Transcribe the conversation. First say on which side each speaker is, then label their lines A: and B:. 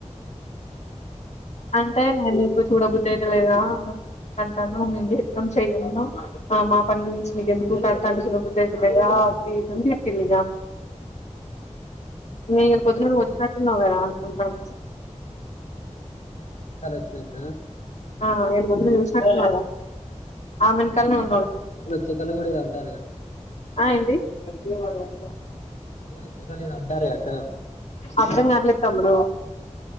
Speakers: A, on the left; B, on the left.
A: అంటా హడ బ బద్ అలేదా అంటాను మేము ఎర్తం చెయ్యము మా పని గురించి మీకు ఎందుకు సతంట చూడం బుద్దు అయితలేదాంది అది ఇది తిట్టిందిగా న ఇ
B: అక్క
A: పొద్దున
B: అన్నదా
A: నువ్వు వచ్చినట్టు ఉన్నావు అనుకుంటాన్న
B: దాలక్ష్మీ అక్క
A: ఆ నువ్వు ముందు చూసినట్టు ఉన్నావు కదా ఆమెను కలవు
B: ప్రత్యేకలు కూడాద అంటారుద
A: ఆ <inaudible>
B: ముందుగానే వచ్చేసారని అంటారు గా అక్క
A: అర్థం కావట్లేదు తమ్ముడు